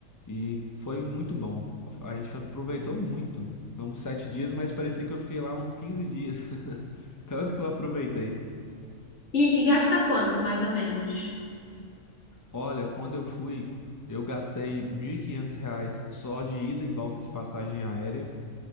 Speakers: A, on the left; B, on the left.
A: e foi muito bom. A gente aproveitou muito. São sete dias, mas parecia que eu fiquei lá uns 15 dias, <laughs> tanto que eu aproveitei.
B: E, e gasta quanto, mais ou menos?
A: Olha, quando eu fui, eu gastei 1.500 reais só de ida e volta de passagem aérea,